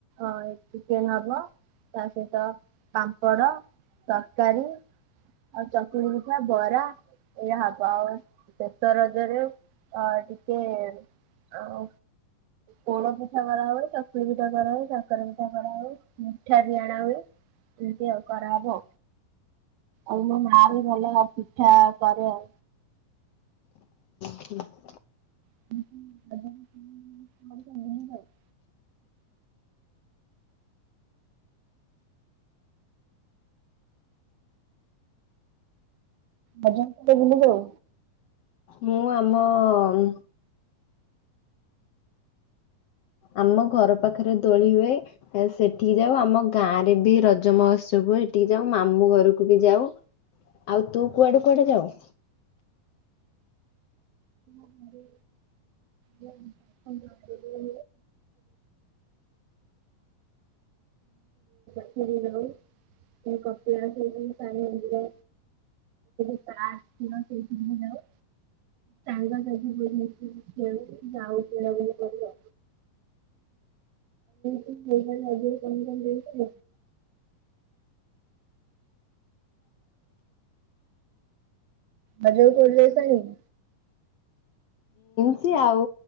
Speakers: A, on the right; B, on the left.
A: ଅଁ ଚିକେନ ଅବ। ତା ସହିତ ପାମ୍ପଡ ତରକାରୀ। ଆଉ ଚକୁଳି ପିଠା ବରା। ଏଇଆ ହବ ଆଉ ଶେଷ ରଜରେ ଅଁ ଟିକେ ଆଉ ପୋଡ ପିଠା କରା ହୁଏ ଚକୁଳି ପିଠା କରା ହୁଏ କାକରା ପିଠା କରା ହୁଏ। ମିଠା ବି ଆଣା ହୁଏ ଏମିତି ଆଉ କରାହବ। ଆଉ ମୋ ମା ବି, ଭଲ ପିଠା କରେ ଆଉ।
B: ହୁଁ।
A: <unintelligible> ରଜରେ କୁଆଡ଼େ ବୁଲିଯାଉ?
B: ମୁଁ, ଆମ ଅ ଆମ ଘର ପାଖରେ ଦୋଳି ହୁଏ। ଆଉ ସେଠିକି ଯାଉ, ଆମ ଗାଁ ରେ ବି ରଜ ମହୋତ୍ସବ ହୁଏ, ହେଠିକି ଯାଉ, ମାମୁଁ ଘରକୁ ବି ଯାଉ। ଆଉ ତୁ କୁଆଡେ କୁଆଡେ ଯାଉ?
A: ଘରେ ଯାଉ, ସନ୍ଧ୍ୟାବେଳେ ସିଏ ଯୋଉଠି ହଏ। ସେଇ କପିଳାସ ଯୋଉ ସା ସାଇ ମନ୍ଦିର ସେ ଆସିିବ, ସେଇ ତିନି ଦିନରେ। ଜଣେ ଭାଇ ଙ୍କୁ ଦେଇନଥିଲି। ଖେଳଛୁଟି ନା, ଆଉ ବୁଲା ବୁଲି କରିବ? ତୋ ପୁଅ ପାଇଁ ରଜରେ କଣ କଣ ଦୋଳି କଲୁ? ରଜରେ ଦୋଳି ବେବସ୍ଥା ହେଇନି।
B: ଖୁସି ଆଉ